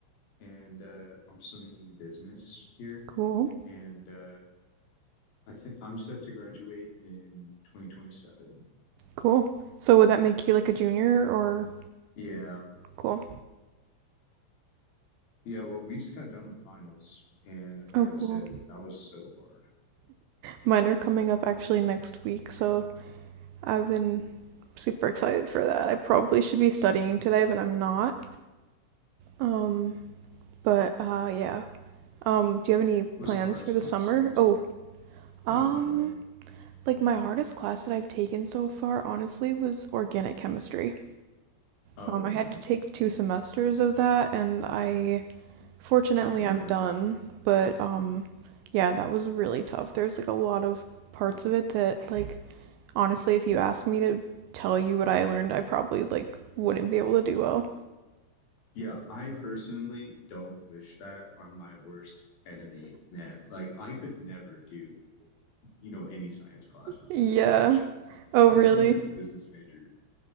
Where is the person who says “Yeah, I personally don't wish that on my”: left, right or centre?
Left